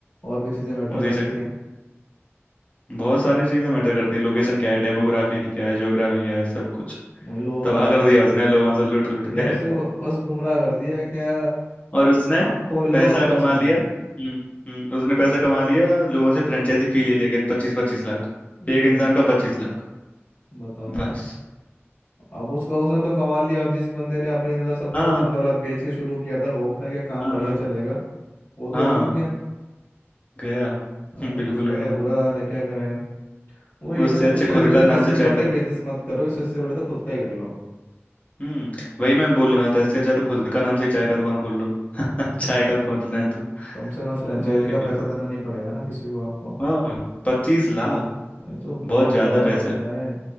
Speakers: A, on the left (about 60°); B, on the left (about 30°).
A: और भी चीजें मैटर
B: उसी
A: करती
B: चक्कर
A: हैं
B: बहुत सारी चीजें मैटर करती हैं लोकेशन क्या है डेमोग्राफी क्या है ज्योग्राफी क्या है सब कुछ
A: वही लोगों
B: तबाह
A: के इंटरेस्ट
B: कर दिया
A: भी
B: उसने लोगों
A: है मतलब
B: से लूट लूट के
A: उससे वो बस गुमराह कर दिया है क्या
B: <laughs> और उसने
A: आप खोल
B: पैसा
A: लो और
B: कमा
A: पैसे आएंगे
B: लिया हम्म हम्म उसने पैसा कमा लिया लोगों से फ्रेंचाइजी फी ले लेके पच्चीस पच्चीस लाख
A: हम्म,
B: एक इंसान का पच्चीस लाख
A: बताओ
B: बस
A: अब उसका उसने तो कमा लिया अब जिस बंदे ने अपने मतलब सब कुछ
B: हाँ
A: धन दौलत बेच के शुरू किया था होप में कि काम
B: हाँ
A: बढ़िया चलेगा वो तो
B: हाँ
A: डूब गया
B: गया
A: है
B: हम्म,
A: ना
B: बिल्कुल
A: उसका
B: गया
A: तो बुरा हाल है क्या करेगा वही है
B: उससे
A: ना सोशल
B: अच्छे
A: मीडिया
B: खुद का
A: से फैसिनेट
B: नाम से चाय
A: होकर
B: का
A: बिजनेस मत करो इससे इससे बड़े तो खुद का ही कर लो
B: हम्म वही मैं बोलने वाला था इससे अच्छा तो खुद का नाम से ही चाय का दुकान खोल लो <laughs> चाय
A: वही
B: का खोलना है तो
A: कम से कम फ्रेंचाइजी
B: और
A: का
B: क्या
A: पैसा देना नहीं पड़ेगा ना किसी को आपको
B: हाँ पच्चीस लाख
A: वही तो
B: बहुत
A: बहुत
B: ज्यादा
A: ज्यादा
B: पैसा
A: होता
B: है
A: है